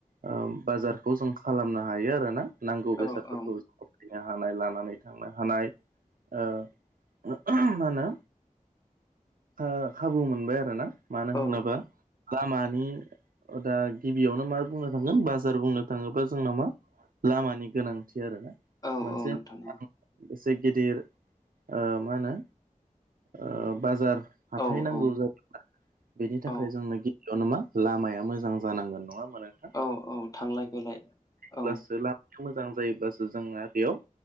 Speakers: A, on the right; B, on the left.
A: ओ बाजारखौ जों खालामनो हायो आरोना नांगौ
B: औ
A: बेसादफोरखौ।
B: औ
A: खनो हानाय लानानै थांनो हानाय ओ मा होनो ओ खाबु मोनबाय आरो ना मानो
B: औ
A: होनोबा लामानि ओ दा गिबियावनो मा बुंनो थांगोन बाजार बुंनो थाङोबा जोंना मा लामानि गोनांथि आरोना
B: औ
A: मोनसे
B: औ नोंथां औ
A: एसे गिदिर ओ मा होनो ओ बाजार हाथाय
B: औ
A: नांगौ
B: औ
A: जायो बेनि थाखाय
B: औ
A: जोंनो गिबियाव न मा लामाया मोजां जानांगोन नङा होमबा नों
B: औ औ थांलाय फैलाय
A: ब्लासो
B: औ
A: मोजां जायोबासो जोंहा बेयाव